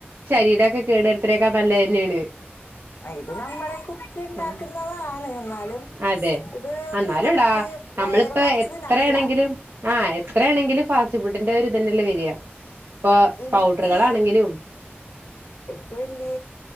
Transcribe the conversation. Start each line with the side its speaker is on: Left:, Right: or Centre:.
Right: ശരീരമൊക്കെ കേടു വരു ആണേക്കാൾ നല്ലത് അതെന്നേണ്
Left: ഇത് നമ്മുടെ കുക്ക് ഉണ്ടാക്കുന്നതാണ്
Right: ആഹ്
Left: എന്നാലും
Right: അതെ
Left: ഇത് ഒന്ന്
Right: എന്നാലുടാ
Left: നമുക്ക്
Right: നമ്മളിപ്പോ
Left: വയറ് നിറച്
Right: എത്രയാണെങ്കിലും
Left: തിന്നാൽപറ്റില്ല
Right: ആഹ് എത്രയാണെങ്കിലും ഫാസ്റ്റ് ഫുഡിന്റെ ഒരു ഇതന്നെല്ലേ വരിക ഇപ്പ
Left: എനിക്ക്
Right: പൗഡറുകളാണെങ്കിലും
Left: എനിക്ക് വല്ിയ